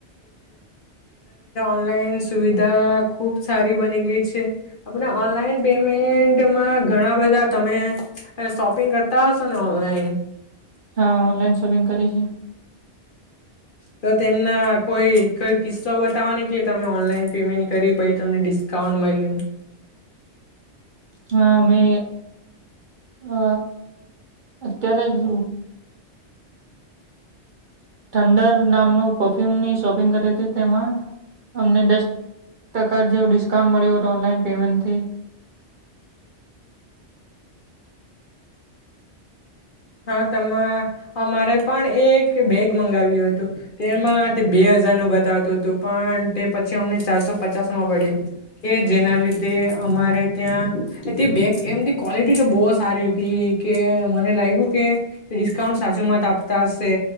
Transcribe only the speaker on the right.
હા ઓનલાઈન શોપિંગ કરે છે.
હા મે અ અત્યારે જ. ઠંડર નામનું પરફ્યુમની શોપિંગ કરી હતી તેમાં અમને દસ ટકા જેવું ડિસ્કાઉન્ટ મળ્યું હતું ઓનલાઈન પેમેન્ટથી.